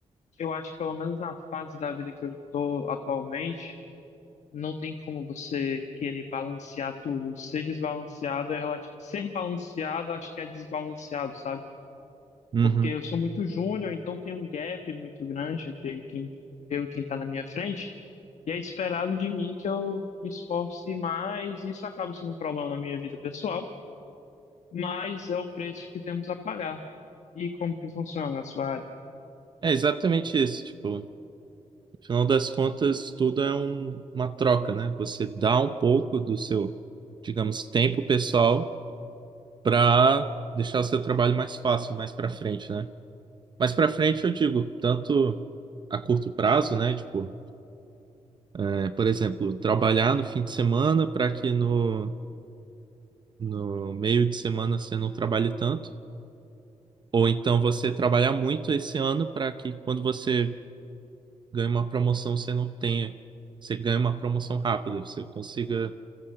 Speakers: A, on the left; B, on the right.
A: eu acho que pelo menos na fase da vida que eu estou atualmente, não tem como você querer balancear tudo. Ser desbalanceado é relativo. Ser balanceado, acho que é desbalanceado, sabe?
B: uhum.
A: Porque eu sou muito júnior, então tem um gap muito grande entre quem eu e quem está na minha frente. E é esperado de mim que eu me esforce mais. Isso acaba sendo um problema na minha vida pessoal, mas é o preço que temos a pagar. E como que funciona a sua área?
B: É exatamente isso. Tipo, no final das contas, tudo é um- uma troca, né? Você dá um pouco do seu, digamos, tempo pessoal para deixar o seu trabalho mais fácil, mais para frente, né? Mais para frente, eu digo, tanto a curto prazo, né? Tipo, é, por exemplo, trabalhar no fim de semana para que no no meio de semana você não trabalhe tanto, ou então você trabalhar muito esse ano para que quando você ganha uma promoção você não tenha, você ganhe uma promoção rápida, você consiga